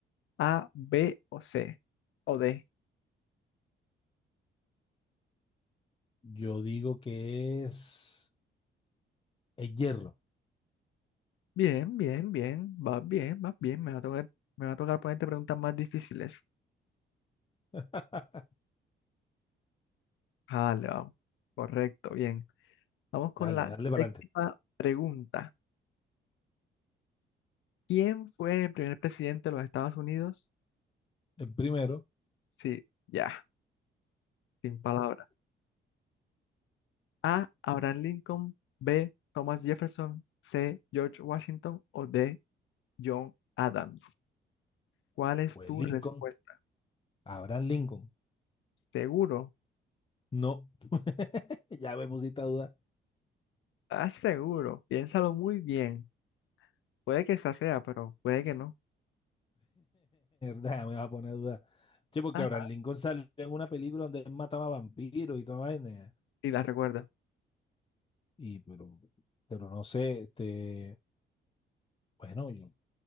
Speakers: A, on the left; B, on the left.
A: A, B o C o D.
B: Yo digo que es el hierro.
A: Bien, bien, bien, va bien, va bien. Me va a tocar, me va a tocar ponerte preguntas más difíciles.
B: <laughs>
A: Vale, vamos. Correcto, bien. Vamos con
B: Dale,
A: la
B: dale para
A: séptima
B: adelante.
A: pregunta. ¿Quién fue el primer presidente de los Estados Unidos?
B: El primero
A: Sí, ya, sin palabras. A. Abraham Lincoln. B. Thomas Jefferson. C. George Washington. O D. John Adams. ¿Cuál es
B: fue
A: tu
B: Lincoln,
A: respuesta?
B: Abraham Lincoln.
A: ¿Seguro?
B: No, <laughs> ya me pusiste a duda. <laughs>
A: ¿Estás seguro? Piénsalo muy bien. Puede que esa sea, pero puede que no.
B: Ya me vas a poner a duda. Che, porque
A: Ajá,
B: Abraham Lincoln salió en una película donde él mataba vampiros y toda vaina.
A: y la recuerda.
B: Y, pero, pero no sé, este, bueno, yo-